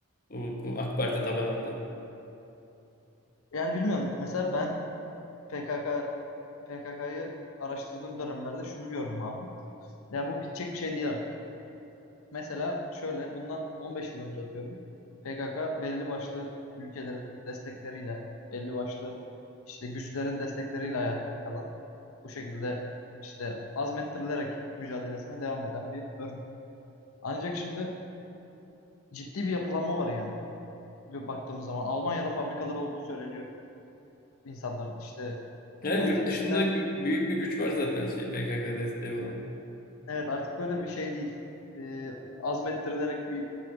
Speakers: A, on the left (about 40°); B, on the left (about 80°).
A: Bu, bu AK Parti tabanında.
B: Yani bilmiyorum. Mesela ben PKK PKK'yı araştırdığım dönemlerde şunu gördüm abi. Yani bu bitecek bir şey değil artık. Mesela şöyle bundan 15 yıl önce atıyorum. PKK belli başlı ülkelerin destekleriyle, belli başlı işte güçlerin destekleriyle ayakta kalan, bu şekilde işte azmettirilerek mücadelesine devam eden bir örgüt. Ancak şimdi ciddi bir yapılanma var yani. Gö- Baktığımız zaman Almanya'da fabrikaları olduğu söyleniyor bu insanların işte
A: Yani
B: kaç
A: yurt
B: eskiden
A: dışında gü- büyük bir güç var zaten şey PKK desteği olan.
B: Evet artık böyle bir şey değil. Ee, azmettirilerek bir